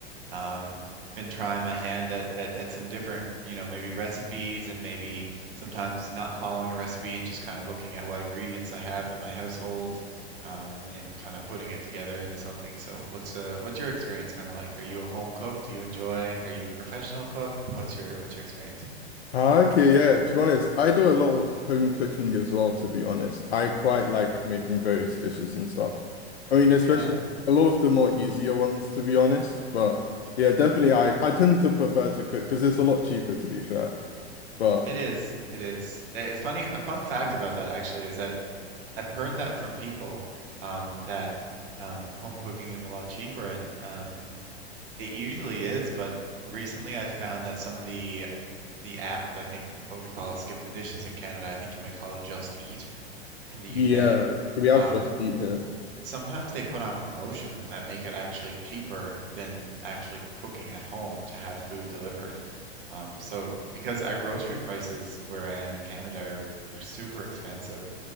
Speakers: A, on the right (about 55°); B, on the left (about 70°).
A: Um, been trying my hand at, at at some different, you know, maybe recipes and maybe sometimes not following a recipe and just kind of looking at what ingredients I have in my household, um, and and kind of putting it together into something. So what's uh what's your experience kind of like? Are you a home cook? Do you enjoy? Are you a professional cook? What's your what's your experience?
B: Ah, Okay, yeah, to be honest, I do a lot of home cooking as well, to be honest. I quite like
A: Mm,
B: making various dishes and stuff. I mean, especially
A: Yeah,
B: a lot of the more easier ones, to be honest. But yeah, definitely I, I tend to prefer to cook because it's a lot cheaper, to be fair. But
A: it is. It is. Eh, Funny, a fun fact about that actually is that I've heard that from people um, that um, home cooking is a lot cheaper, and um, it usually is. But recently, I've found that some of the the apps, I think what we call Skip the Dishes in Canada, I think you might call it Just Eat in the
B: yeah,
A: UK.
B: we have
A: Um,
B: just eat here.
A: Sometimes they put on promotions that make it actually cheaper than actually cooking at home to have food delivered. Um, so because our grocery prices where I am in Canada are, are super expensive,